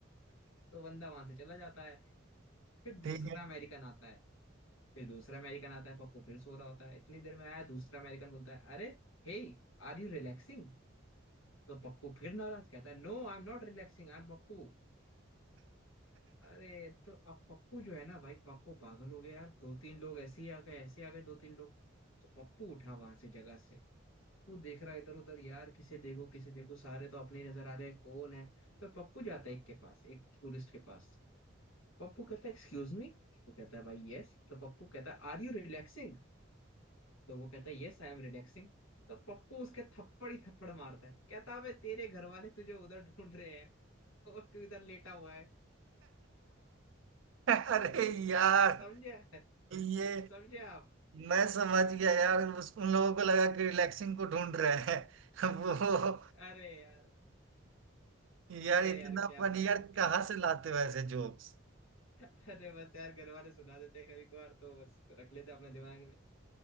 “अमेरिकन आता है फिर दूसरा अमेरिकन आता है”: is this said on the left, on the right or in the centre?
Left